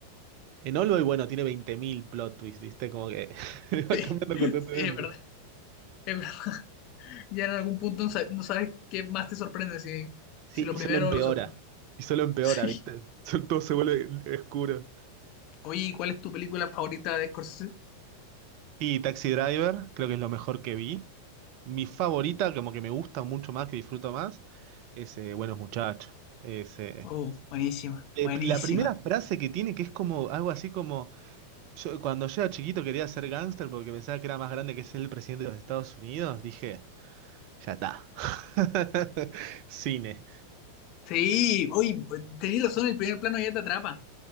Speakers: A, on the right; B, on the left.
A: En All Boy, bueno, tiene 20.000 plot twists, ¿viste? Como que <laughs>
B: Sí,
A: va cambiando
B: <laughs>
A: constantemente.
B: sí, es verdad. Es verdad. <laughs> Ya en algún punto no sa- no sabes qué más te sorprende, si,
A: Sí,
B: si lo
A: y
B: primero
A: solo empeora.
B: o lo segundo. <laughs>
A: Y solo empeora,
B: Sí.
A: ¿viste? <laughs> Todo se vuelve eh, oscuro.
B: Oye, ¿y ¿cuál es tu película favorita de Scorsese?
A: Y Taxi Driver, creo que es lo mejor que vi. Mi favorita, como que me gusta mucho más, que disfruto más, es eh, Buenos Muchachos. Es, eh,
B: Oh, buenísima,
A: eh,
B: buenísima.
A: la primera frase que tiene, que es como algo así como, yo, cuando yo era chiquito quería ser gángster porque pensaba que era más grande que ser el presidente de los Estados Unidos, dije, ya está. <laughs> Cine.
B: Sí, hoy tenés razón, el primer plano ya te atrapa.